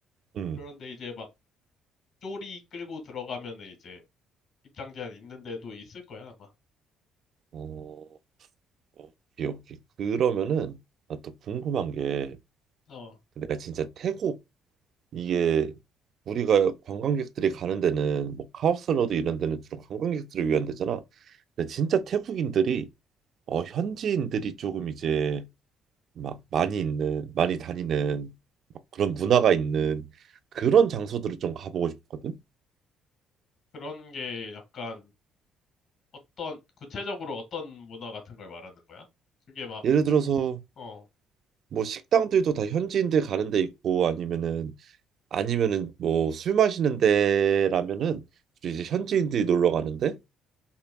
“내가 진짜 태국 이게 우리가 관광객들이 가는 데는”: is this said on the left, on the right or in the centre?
Right